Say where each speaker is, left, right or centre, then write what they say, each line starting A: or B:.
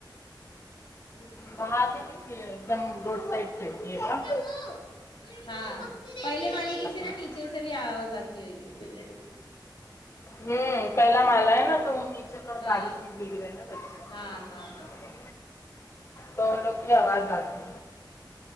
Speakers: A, on the left (about 85°); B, on the left (about 35°).
A: اردو اسکول
B: وہاں ایک
A: میں
B: دم روڈ سائڈ پھینک یہ گا
A: وہ ہاں پہلے مالے کی سے نا
B: ہوں
A: نیچے سے بھی آواز آتی ہوئے گی
B: ہوں پہلا مالا ہے نا تو وہ نیچے کی
A: ہاں
B: بارش میں بھیگ رہے نا بچے
A: ہاں ہاں ہاں
B: تو لوگ کی آواز آتی ہے